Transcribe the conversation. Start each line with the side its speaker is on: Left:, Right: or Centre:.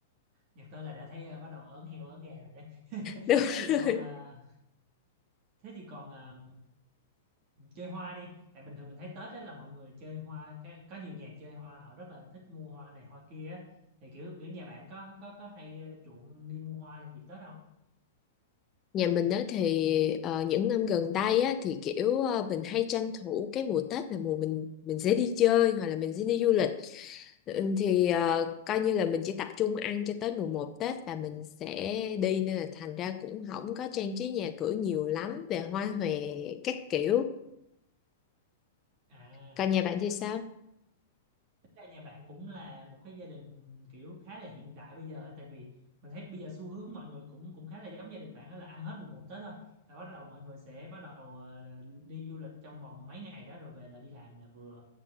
Right: nhắc tới là đã thấy ờ, bắt đầu ớn heo ớn gà rồi đấy <laughs>
Left: <laughs> đúng
Right: thế thì
Left: rồi
Right: còn à, thế thì còn à, chơi hoa đi tại bình thường mình thấy Tết đó là mọi người chơi hoa cái- có nhiều nhà chơi hoa họ rất là thích mua hoa này hoa kia á thì kiểu kiểu nhà bạn có có có hay ờ, chuộng đi mua hoa dịp Tết không
Left: Nhà mình á thì ờ, những năm gần đây á thì kiểu ờ, mình hay tranh thủ cái mùa Tết là mùa mình mình sẽ đi chơi hoặc là mình sẽ đi du lịch. Ừ, Thì ờ, coi như là mình chỉ tập trung ăn cho tới mùa một Tết là mình sẽ đi nên là thành ra cũng không có trang trí nhà cửa nhiều lắm về hoa hòe các kiểu.
Right: à
Left: Còn nhà bạn thì
Right: tính
Left: sao?
Right: Tính ra nhà bạn cũng là một cái gia đình kiểu khá là hiện đại bây giờ á, tại vì mình thấy bây giờ xu hướng mọi người cũng cũng khá là giống gia đình bạn đó là ăn hết mùng một Tết thôi là bắt đầu mọi người sẽ bắt đầu ờ, đi du lịch trong vòng mấy ngày đó rồi về là đi làm là vừa